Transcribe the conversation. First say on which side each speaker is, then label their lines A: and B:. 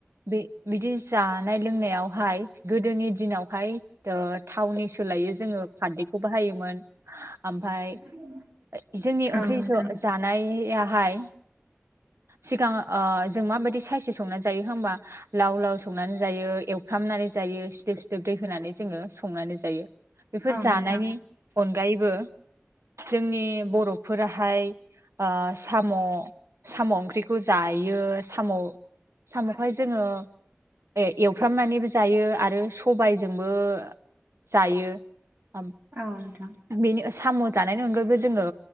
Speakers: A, on the right; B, on the right.
A: बे बिदि जानाय लोंनायावहाय गोदोनि दिनावहाय ओ थावनि सोलायै खारदै खौ बाहायोमोन ओमफाय
B: <inaudible>
A: जोंनि ओंख्रि
B: औ नोंथां
A: ज जानायाहाय सिगां ओ जों माबायदि थाइसे संनानै जायो होनबा लाव लाव संनानै जायो एवफ्रामनानै जायो सिदोब सिदोब दै होनानै जों संनानै जायो । बेफोर
B: औ
A: जानायनि
B: नोंथां
A: अनगायैबो जोंनि बर'फोराहाय ओ साम' साम' ओंख्रिखौ जायो साम' साम'खौहाय जोङो ए- एवफ्रामनानैबो जायो आरो सबायजोंबो जायो ।
B: औ नोंथां ।
A: बेनि साम' जानायनि अनगा यैबो जोङो